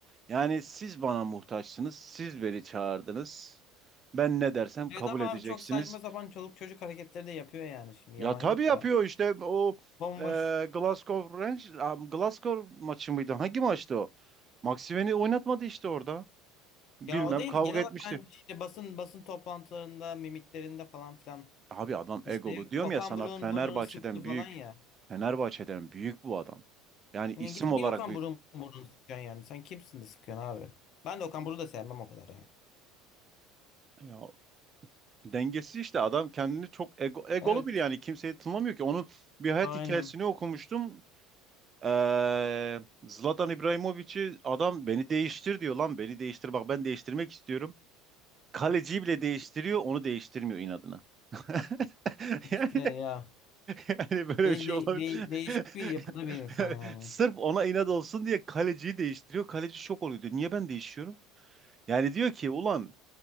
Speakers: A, on the right; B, on the left.
A: yani siz bana muhtaçsınız. Siz beni çağırdınız. Ben ne dersem
B: Evet
A: kabul
B: ama
A: edeceksiniz.
B: abi çok saçma sapan çoluk çocuk hareketleri de yapıyor yani şimdi
A: Ya
B: yalan
A: tabii
B: yok
A: yapıyor
B: da.
A: işte o
B: Bomboş.
A: e, Glasgow Rangers, am, Glasgow maçı mıydı? Hangi maçtı o? Maximen'i oynatmadı işte orada. Bilmem
B: Ya o değil.
A: kavga
B: Genel
A: etmişti.
B: olarak ben işte basın basın toplantılarında, mimiklerinde falan filan.
A: Abi adam egolu.
B: İşte
A: Diyorum
B: Okan
A: ya sana
B: Buruk'un
A: Fenerbahçe'den
B: burnunu sıktı falan
A: büyük.
B: ya.
A: Fenerbahçe'den büyük bu adam. Yani
B: Niye
A: isim
B: gidip niye
A: olarak
B: Okan
A: büyük.
B: Buruk'un burnunu sıkıyorsun yani? Sen kimsin de sıkıyorsun abi? Ben de Okan Buruk'u da sevmem o kadar ha.
A: Ya, dengesiz işte adam kendini çok ego, egolu
B: Evet.
A: bir yani kimseyi tınlamıyor ki. Onun bir hayat
B: Aynen.
A: hikayesini okumuştum. Ee, Zlatan İbrahimovic'i adam beni değiştir diyor lan beni değiştir bak ben değiştirmek istiyorum. Kaleciyi bile değiştiriyor, onu değiştirmiyor inadına. <laughs>
B: İşte
A: Yani,
B: ya.
A: yani böyle
B: De,
A: bir şey
B: de,
A: olabilir.
B: de- değişik
A: <laughs>
B: bir yapıda bir insan yani.
A: Sırf ona inat olsun diye kaleciyi değiştiriyor. Kaleci şok oluyor diyor. Niye ben değişiyorum? Yani diyor ki ulan